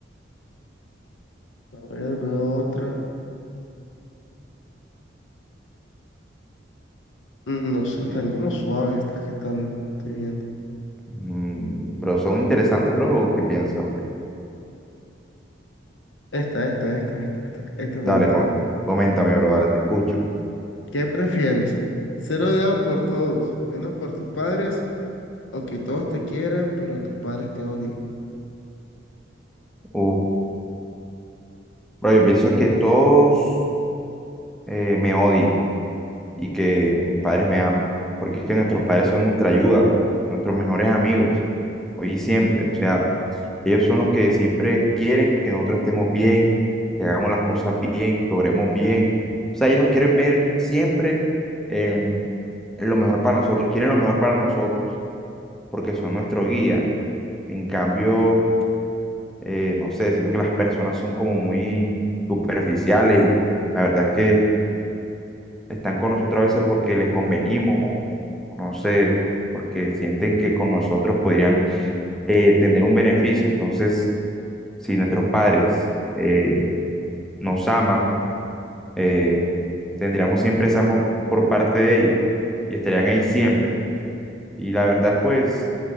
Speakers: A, on the left; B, in the centre.
A: a ver, veo otra. Mm, No sé, están
B: sí.
A: como suaves estas que están, estoy viendo.
B: Mm, pero son interesantes, bro. ¿o ¿Qué piensas? ¿O qué?
A: Esta, esta, esta, esta, esta, esta me
B: Dale,
A: gusta.
B: co- coméntame, bro. Dale, te escucho.
A: ¿Qué prefieres? ¿Ser odiado por todos, menos por tus padres, o que todos te quieran, pero tus padres te odien?
B: Uf, bro, yo pienso que todos. eh, me odien y que mis padres me amen, porque es que nuestros padres son nuestra ayuda, nuestros mejores amigos, hoy y siempre. O sea, ellos son los que siempre quieren que nosotros estemos bien, que hagamos las cosas bien, que obremos bien. O sea, ellos nos quieren ver siempre en en lo mejor para nosotros, quieren lo mejor para nosotros, porque son nuestro guía. En cambio, eh, no sé, siento que las personas son como muy superficiales y la verdad es que están con nosotros a veces porque les convenimos o o no sé, porque sienten que con nosotros podrían eh, tener un beneficio. Entonces, si nuestros padres eh, nos aman, eh, tendríamos siempre ese amor por parte de ellos y estarían ahí siempre. Y la verdad, pues,